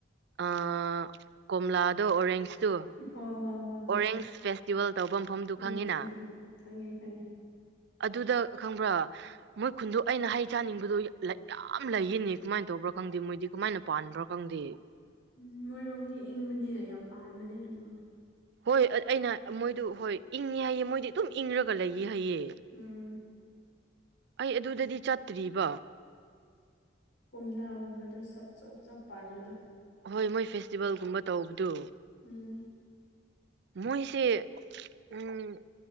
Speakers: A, on the right; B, on the left.
A: ꯑꯥ ꯀꯣꯝꯂꯥꯗꯣ ꯑꯣꯔꯦꯟꯖꯇꯣ
B: ꯍꯣꯏ ꯍꯣꯏ ꯍꯣꯏ
A: ꯑꯣꯔꯦꯟꯁ ꯐꯦꯁꯇꯤꯚꯦꯜ ꯇꯧꯕ ꯃꯐꯝꯗꯨ
B: ꯎꯝ
A: ꯈꯪꯉꯤꯅ
B: ꯎꯝ ꯎꯝ ꯈꯪꯉꯦ ꯈꯪꯉꯦ
A: ꯑꯗꯨꯗ ꯈꯪꯕ꯭ꯔꯥ ꯃꯣꯏ ꯈꯨꯟꯗꯣ ꯑꯩꯅ ꯍꯩ ꯆꯥꯅꯤꯡꯕꯗꯣ ꯌꯥꯝ ꯂꯩꯌꯦꯅꯤ ꯀꯃꯥꯏꯅ ꯇꯧꯕ꯭ꯔꯥ ꯈꯪꯗꯦ ꯃꯣꯏꯗꯤ ꯀꯃꯥꯏꯅ ꯄꯥꯟꯕ꯭ꯔꯥ ꯈꯪꯗꯦ
B: ꯎꯝ ꯃꯣꯏꯔꯣꯝꯗꯤ ꯏꯪꯕꯅꯤꯅ ꯌꯥꯝ ꯄꯥꯟꯕꯅꯦ ꯑꯗꯨꯒꯨꯝꯕ
A: ꯍꯣꯏ ꯑꯩꯅ ꯃꯣꯏꯗꯨ ꯍꯣꯏ ꯏꯪꯉꯦ ꯍꯥꯏꯌꯦ ꯃꯣꯏꯗꯤ ꯑꯗꯨꯝ ꯏꯪꯔꯒ ꯂꯩꯌꯦ ꯍꯥꯏꯌꯦ
B: ꯎꯝ
A: ꯑꯩ ꯑꯗꯨꯗꯗꯤ ꯆꯠꯇ꯭ꯔꯤꯕ
B: ꯀꯣꯝꯂꯥꯒꯨꯝꯕꯗꯣ ꯆꯞ ꯆꯞ ꯆꯞ ꯄꯥꯟꯕꯗꯣ
A: ꯍꯣꯏ ꯃꯣꯏ ꯐꯦꯁꯇꯤꯚꯦꯜꯒꯨꯝꯕ ꯇꯧꯕꯗꯣ
B: ꯎꯝ
A: ꯃꯣꯏꯁꯦ ꯎꯝ